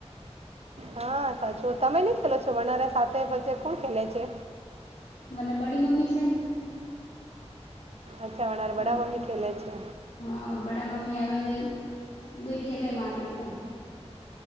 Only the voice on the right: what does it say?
હા સાચું તમે નઈ ખેલો છો વનારા સાથે પે કોણ ખેલે છે
અચ્છાવાનાર બડા
મમ્મી ખેલે છે